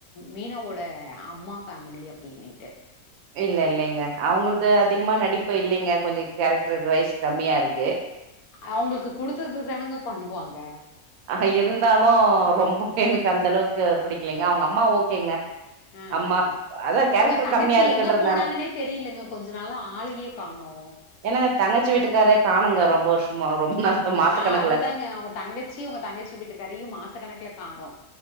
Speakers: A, on the left; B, on the right.
A: மீனாவோட அம்மா ஃபேமிலி அப்டின்னீட்டு
B: இல்ல இல்லைங்க அவுங்கள்து அதிகமா நடிப்பு இல்லிங்க கொஞ்ச கேரக்டர் வைஸ் கம்மியா இருக்கு
A: அவுங்ளுக்கு குடுத்தது தானெங்க பண்ணுவாங்க
B: அஹ இருந்தாலு ரொம்ப எனக்கு அந்த அளவுக்கு பிடிக்கலிங்க அவுங்க அம்மா ஓகேங்க
A: ம்
B: அம்மா
A: ம் ம்
B: அதா கேரக்டர்
A: அவுங்க தங்கச்சி
B: கம்மியா இருக்குன்றதுனால
A: எங்க போனாங்கனே தெரியிலங்க கொஞ்ச நாளா ஆளயே காணு
B: என்னங்க தங்கச்சி வீட்டுக்காரே காணுங்க ரொம்ப வர்ஷமா ரொம்ப நாள் மாச
A: ஆ
B: கணக்குல
A: அததாங்க அவுங்க தங்கச்சி அவுங்க தங்கச்சி வீட்டு காரையு மாசக் கணக்குல காணு